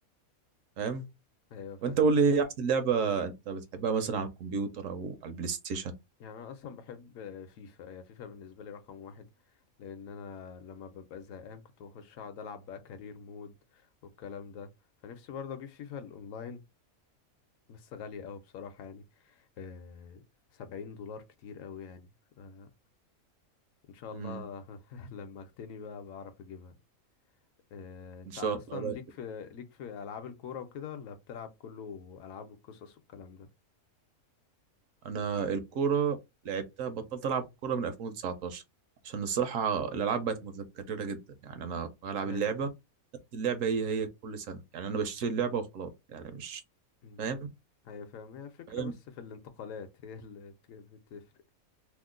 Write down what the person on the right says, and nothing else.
فاهم
وانت قول لي ايه احسن لعبه انت بتحبها مثلا على الكمبيوتر او على البلاي ستيشن
امم
ان شاء
الله
انا الكوره لعبتها بطلت العب كوره من 2019 عشان الصراحه الالعاب بقت متكرره جدا يعني انا بلعب
اللعبه نفس اللعبه هي هي كل سنه يعني انا بشتري اللعبه وخلاص يعني مش
فاهم
فاهم